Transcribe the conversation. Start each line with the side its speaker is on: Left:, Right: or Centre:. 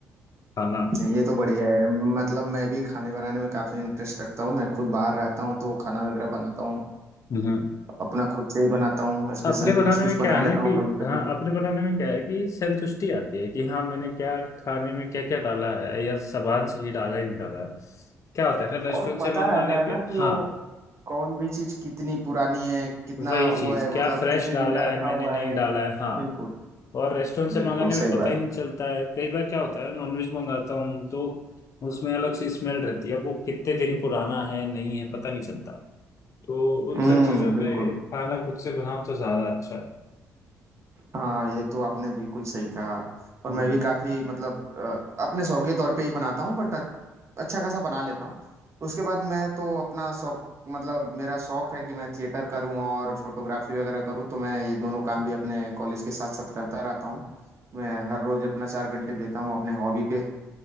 Left: खाना
Right: नहीं, ये तो बढ़िया है मतलब मैं भी खाने बनाने में काफी इंटरेस्ट रखता हूँ मैं खुद बाहर रहता हूँ तो खाना वगैरह बनाता हूँ
Left: हम्म
Right: अपना खुद से ही बनाता हूँ स्पेशल
Left: अपने
Right: भी
Left: बनाने
Right: कुछ कुछ
Left: में क्या
Right: बना
Left: है
Right: लेता
Left: ना
Right: हूँ
Left: कि
Right: कभी कभी
Left: हाँ अपने बनाने में क्या है कि संतुष्टि आती है कि हाँ मैंने क्या खाने में क्या क्या डाला है या सामान सही डाला है नहीं डाला है क्या होता है ना रेस्टोरेंट
Right: और पता
Left: से मंगवाने
Right: रहता है
Left: पे
Right: ना कि
Left: हाँ
Right: वो कौन भी चीज कितनी पुरानी है कितना
Left: वही चीज
Right: वो है
Left: क्या
Right: मतलब
Left: फ्रेश
Right: कितने
Left: डाला
Right: दिन का रखा
Left: है मैंने
Right: हुआ
Left: नहीं
Right: है
Left: डाला है हाँ
Right: बिल्कुल
Left: और रेस्टोरेंट से
Right: बिल्कुल
Left: मंगाने में
Right: सही
Left: पता
Right: बात
Left: ही नहीं
Right: है
Left: चलता है कई बार क्या होता है नॉनवेज मंगाता हूँ तो उसमें अलग सी स्मेल रहती है वो कितने दिन पुराना है नहीं है पता नहीं चलता तो उन
Right: हम्म
Left: सब चीजों
Right: बिल्कुल
Left: पे खाना खुद से बनाओ तो ज्यादा अच्छा है
Right: हाँ ये तो आपने बिल्कुल सही कहा और
Left: हम्म।
Right: मैं भी काफी मतलब अ, अपने शौक के तौर पे ही बनाता हूँ बट अच्छा खासा बना लेता हूँ उसके बाद मैं तो अपना शौक मतलब मेरा शौक है कि मैं थिएटर करूँ और फोटोग्राफी वगैरह करूँ तो मैं ये दोनों काम भी अपने कॉलेज के साथ साथ करता रहता हूँ मैं हर रोज अपना चार घंटे देता हूँ अपने हॉबी पे